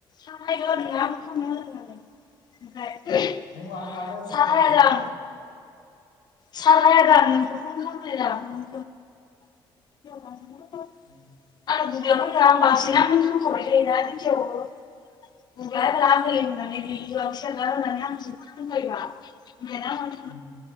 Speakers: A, on the left (about 45°); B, on the left (about 90°).
A: नागिरदों आरो थांनो होदों होननानै ओमफ्राय ओमहु
B: नों माहा थानानै रायलायदों
A: साहाया
B: खोनास्रायाखै
A: लां
B: मोजां
A: सार हाया गा मोनखौ फन खालामनो दाखौ फन
B: ओम
A: आरो बुंगाया फैब्ला आं बांसिन बुंखाबाय थायोना दिंखियाखौबो गुग्लाया बाला आं दै होनानै गोलाव सेरगारनानै होनानै आंसो जि होबायना ओंखायनो आङो
B: ओम